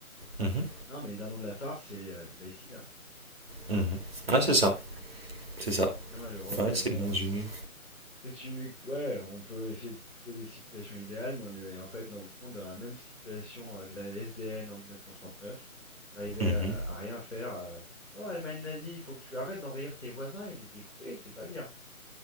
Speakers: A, on the right; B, in the centre.
A: Mhm.
B: Non, mais les dindons de la farce, c'est les, euh, les Palestiniens.
A: Mhm. Ouais, c'est ça.
B: Donc,
A: C'est
B: euh,
A: ça.
B: c'est bien malheureux,
A: Ouais,
B: mais
A: c'est
B: bon,
A: bien résumé.
B: euh, qu'est-ce que tu- ouais, on peut essayer de trouver des situations idéales, mais on est en fait dans le fond dans la même situation euh, de la SDN en 1939, qui arrivait
A: Mhm.
B: à, à rien faire. euh, Oh, Allemagne nazie, il faut que tu arrêtes d'envahir tes voisins et de les découper, c'est pas bien.